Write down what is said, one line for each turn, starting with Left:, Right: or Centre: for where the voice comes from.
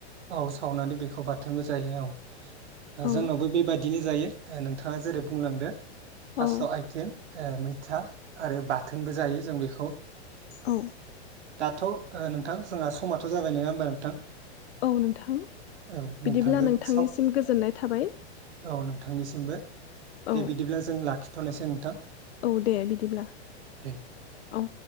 Right: औ सावनानै बेखौ बाथोनबो जायो औ
Left: औ
Right: जोंनावबो बेबायदि बिदिनो जायो नोंथाङा जेरै बुंलांदो थास'
Left: औ
Right: आइथिं मैथा आरो बाथोनबो जायो जों बेखौ
Left: औ
Right: दाथ' नोंथां जोंहा समथ' जाबाय नङा होमबा नोंथां
Left: औ नोंथां
Right: औ
Left: बिदिब्ला
Right: नोंथांजों
Left: नोंथांनिसिम
Right: स
Left: गोजोननाय थाबाय
Right: औ नोंथांनिसिमबो
Left: औ
Right: दे बिदिब्ला जों लाखि थनोसै नोंथां
Left: औ दे बिदिब्ला
Right: दे
Left: औ